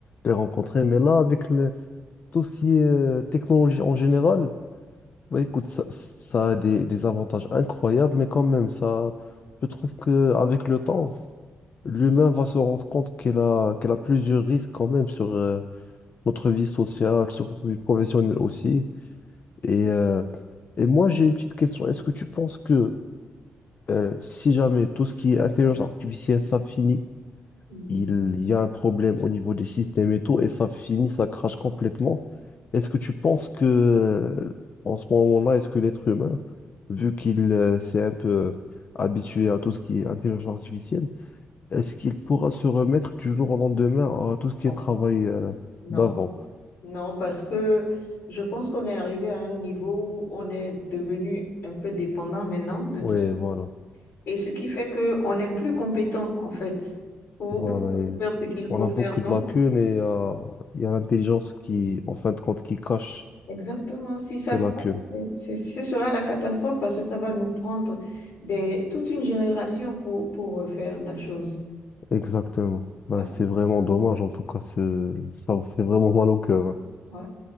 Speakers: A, on the left (about 40°); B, on the left (about 70°).
A: les rencontrer. Mais là, avec le- tout ce qui est euh, technologie en général, bah, écoute, ça, ça a des, des avantages incroyables, mais quand même, ça, je trouve que avec le temps, l'humain va se rendre compte qu'il a, qu'il a plusieurs risques quand même sur euh, notre vie sociale, sur notre vie professionnelle aussi. Et, euh, et moi, j'ai une petite question. Est-ce que tu penses que euh, si jamais tout ce qui est intelligence artificielle, ça finit,
B: Mm.
A: il y a un problème au niveau des systèmes et tout, et ça finit, ça crache complètement. Est-ce que tu penses que, euh, en ce moment-là, est-ce que l'être humain, vu qu'il euh, s'est un peu euh, habitué à tout ce qui est intelligence artificielle, est-ce qu'il pourra se remettre du jour au lendemain à tout ce qui
B: Bon,
A: est travail euh,
B: non,
A: d'avant?
B: non, parce que je pense qu'on est arrivé à un niveau où on est devenu un peu dépendant maintenant de tout.
A: Oui, voilà.
B: Et ce qui fait qu'on n'est plus compétent, en fait, pour
A: Voilà,
B: <laughs>
A: et
B: faire
A: c-
B: ce qu'il
A: on
B: faut
A: a
B: faire.
A: beaucoup
B: Donc,
A: de lacunes et euh, il y a l'intelligence qui, en fin de compte, qui cache
B: exactement, si ça
A: ces
B: craque,
A: lacunes.
B: c'est- ce sera la catastrophe parce que ça va nous prendre des, toute une génération pour, pour refaire la chose.
A: Exactement. Bah,
B: Ouais,
A: c'est vraiment dommage, en tout cas, ce... ça vous fait vraiment mal au cœur. hein.
B: ouais.